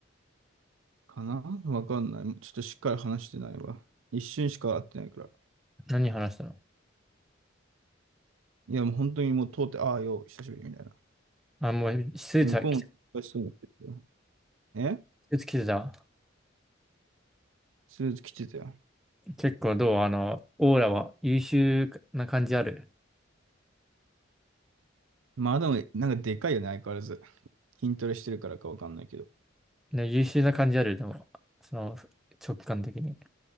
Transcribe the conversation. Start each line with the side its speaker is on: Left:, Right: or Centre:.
Right: かなわかんない。ちょっとしっかり話してないわ。一瞬しか会ってないから。
Centre: 何話したの
Right: いや、もう本当にもう通って、ああよ、久しぶりみたいな。
Centre: あ、もう、スーツは、
Right: 向こうも忙しそうにしてるよ。
Centre: ス
Right: え
Centre: ーツ着てた。
Right: スーツ着てたよ。
Centre: 結構どうあの、オーラは優秀な感じある。
Right: まあでも、なんかでかいよね、相変わらず。筋トレしてるからかわかんないけど。
Centre: で優秀な感じある、でも、その直感的に。